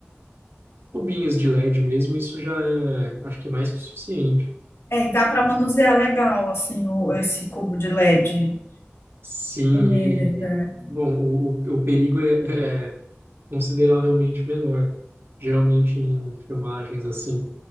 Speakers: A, on the right; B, on the left.
A: cubinhos de LED mesmo, isso já é, acho que mais que o suficiente.
B: É, e dá para manusear legal, assim, o, esse cubo de LED
A: Sim,
B: com ele,
A: e
B: né?
A: bom, o, o, o perigo é, é consideravelmente menor. Geralmente em filmagens assim,